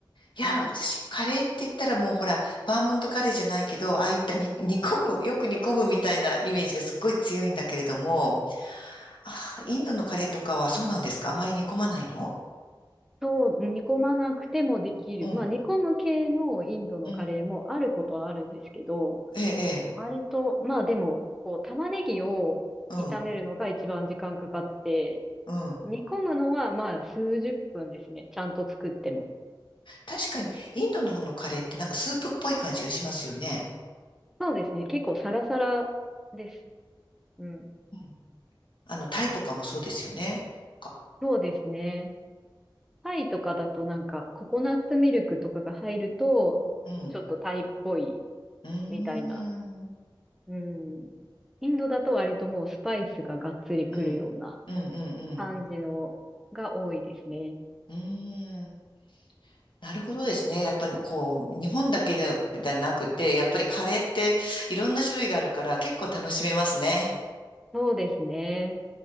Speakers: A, on the left (about 70°); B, in the centre.
A: いや、
B: うん。
A: 私、カレーって言ったらもうほら、バーモントカレーじゃないけど、ああいったに <laughs> 煮込む、よく煮込むみたいなイメージがすっごい強いんだけれども、ああ、インドのカレーとかはそうなんですかあまり煮込まないの
B: そう、煮込まなくてもできる。
A: うん、
B: まあ煮込む系のインドのカレーもあることはあるんですけど、
A: うん、ええ、
B: 割と、
A: え
B: まあでも、こう玉ねぎを炒めるのが一番時間かかって、
A: え、うん、うん。
B: 煮込むのはまあ数十分ですね。ちゃんと作っても。
A: 確かに、インドの方のカレーってなんかスープっぽい感じがしますよね。
B: そうですね。結構サラサラです。うん。
A: うんあの、タイとかもそうですよね。か、
B: そうですね。タイとかだとなんか、ココナッツミルクとかが入ると、
A: うん、
B: ちょっとタイっぽい
A: うーん、
B: みたいな。うん。インドだと割ともうスパイスががっつりくるような
A: うん、うん、うん、うん、
B: 感じのが多いですね。
A: うーん。なるほどですね。やっぱりこう、日本だけで、ではなくて、やっぱりカレーっていろんな種類があるから結構楽しめますね。
B: そうですね。